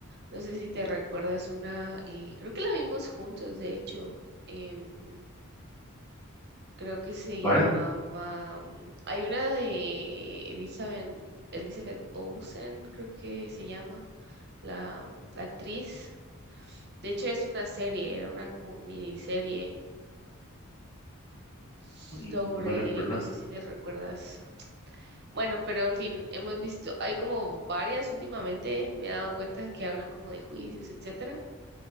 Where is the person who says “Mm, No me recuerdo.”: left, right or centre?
Left